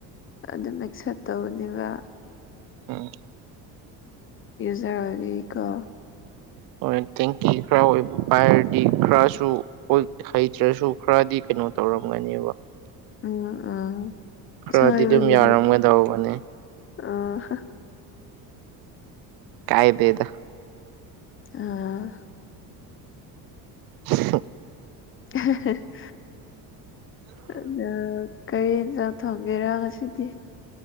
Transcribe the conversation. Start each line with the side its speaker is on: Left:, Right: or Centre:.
Left: ꯑꯗꯨꯝ ꯑꯦꯛꯁꯦꯞ ꯇꯧꯕꯅꯦꯕ
Right: ꯎꯝ
Left: ꯖꯔꯒꯀ
Right: ꯍꯣꯏ ꯊꯦꯡꯛ ꯌꯨ ꯈꯔ ꯑꯣꯏꯕ ꯄꯥꯏꯔꯗꯤ ꯈꯔꯁꯨ ꯍꯩꯇ꯭ꯔꯁꯨ ꯈꯔꯗꯤ ꯀꯩꯅꯣ ꯇꯧꯔꯝꯒꯅꯦꯕ
Left: ꯎꯝ
Right: ꯈꯔꯗꯤ
Left: ꯑ ꯁꯕꯒꯤꯅ
Right: ꯑꯗꯨꯝ ꯌꯥꯔꯝꯒꯗꯧꯕꯅꯦ
Left: ꯇ ꯑ
Right: ꯀꯥꯏ ꯦꯗ
Left: ꯑꯥ
Right: <unintelligible>
Left: <unintelligible> ꯑꯗ‌ꯣ ꯀꯔꯤ ꯏꯟꯖꯥꯡ ꯊꯣꯡꯒꯦꯔꯥ ꯉꯁꯤꯗꯤ